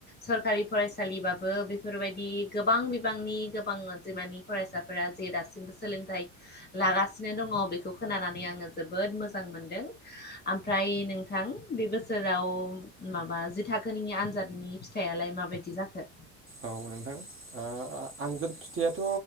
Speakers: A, on the left; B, on the right.
A: सरकारि फरायसालिबाबो बेफोरबायदि गोबां बिबांनि गोबां अनजिमानि फरायसाफोरा जे दासिमबो सोलोंथाइ लागासिनो दङ बेखौ खोनानानै आङो जोबोद मोजां मोनदों ओमफ्राय नोंथां बे बोसोराव माबा जि थाखोनि आनजादनि फि फिथाइलाय माबायदि जाखो
B: औ नोंथां आ आ आनजाद फिथाइयाथ'